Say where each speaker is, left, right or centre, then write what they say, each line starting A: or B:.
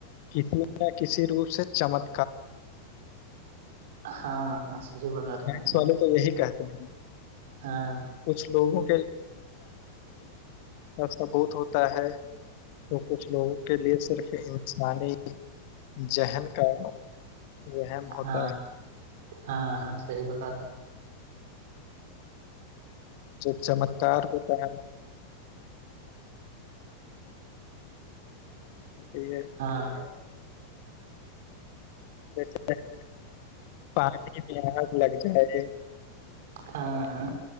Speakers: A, on the left; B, on the right.
A: کسی نہ کسی روپ سے چمک
B: ہاں ہاں ہجو بغان رہ ہیں
A: سائنس والے تو یہی کہتے ہیں
B: ہاں
A: کچھ لوگوں ایسا بہت ہوتا ہے تو کچھ لوگوں کے لیے صرف انسان ہی ذہن کا وہم ہوتا
B: ہاں
A: ہے
B: ہاں ہاں <unintelligible>
A: اچھ اچھا کار ہوتا ہے <unintelligible> ہے
B: ہاں
A: ویسے نا پانی میں آگ لگ جائے
B: ہاں ہاں